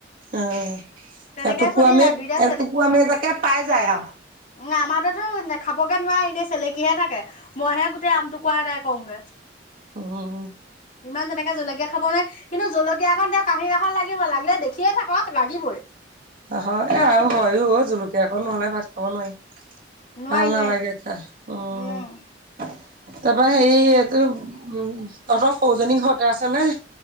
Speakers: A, on the right; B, on the left.
A: অ
B: তেনেকে
A: এটকুৰামে
B: চলি যায় দুইটাই
A: এটুকুৰামে তাকে পাই যায় হা
B: উ আমাৰতোয়ে তো নেখাবগে নোৱাৰে এনেই চেলেকিহে থাকে, মইহে গোটেই আমটুকুৰা আদায় কৰোগে।
A: অ
B: ইমান তেনেকে জলকীয়া খাবনে, কিন্তু জলকীয়া এক তেওঁ কাহি লাগিবই লাগিলে দেখিয়ে থাকক লাগিবই।
A: অ এ আৰু হয়ও জলকীয়া কণ আকৌ নহলে ভাত খাব নোৱাৰি।
B: নোৱাৰি
A: ভাল
B: নোৱাৰি
A: নালাগে খাই অঁ।
B: উম
A: তাৰপৰা হেৰি এইটো উম তহঁতৰ সৌজনী ঘৰতে আছে নে?